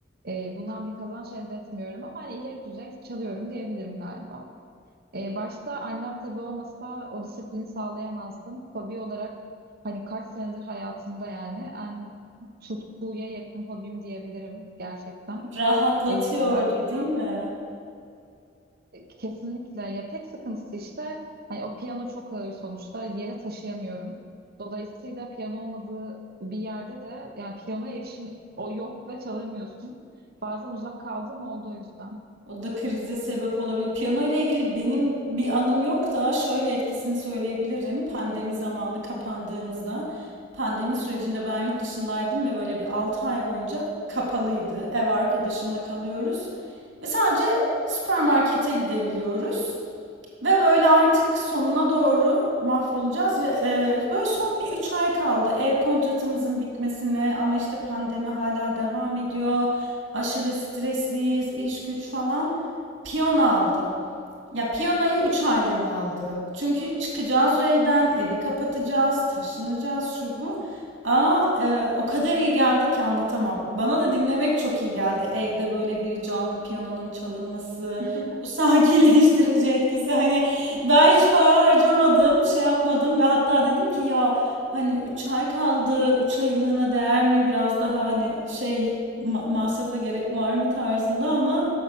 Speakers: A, on the right; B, on the right.
A: E, bundan bir kazanç elde etmiyorum ama hani ileri düzey çalıyorum diyebilirim galiba. E, başta annem tabii olmasa o disiplini sağlayamazdım. Hobi olarak hani kaç senedir hayatımda yani en tutkuya yakın hobim diyebilirim gerçekten.
B: Rahatlatıyordur
A: E, başta
B: değil mi?
A: E, Kesinlikle. Ya tek sıkıntısı işte hani o piyano çok ağır sonuçta bir yere taşıyamıyorum. Dolayısıyla piyano olmadığı bir yerde de yani piyanoya erişim o yok ve çalamıyorsun. Bazen uzak kaldığım oldu o yüzden.
B: O da krize sebep olabilir. Piyano ile ilgili benim bir anım yok da şöyle etkisini söyleyebilirim. Pandemi zamanı kapandığımızda pandemi sürecinde ben yurt dışındaydım ve böyle bir 6 ay boyunca kapalıydı. Ev arkadaşımla kalıyoruz ve sadece süpermarkete gidebiliyoruz. Ve böyle artık sonuna doğru mahvolacağız ve e, böyle son bir 3 ay kaldı ev kontratımızın bitmesine ama işte pandemi hala devam ediyor. Aşırı stresliyiz, iş güç falan. Piyano aldı. Ya piyanoyu 3 aylığına aldı. Çünkü çıkacağız o evden, evi kapatacağız, taşınacağız şu bu. Aa, e, o kadar iyi geldi ki anlatamam. Bana da dinlemek çok iyi geldi. Evde böyle bir canlı piyanonun çalınması
A: <laughs>
B: sakinleştirici etkisi. Hani ben hiç para harcamadım, şey yapmadım ve hatta dedim ki ya hani 3 ay kaldı, 3 aylığına değer mi? Biraz daha hani şey ma- masrafa gerek var mı tarzında ama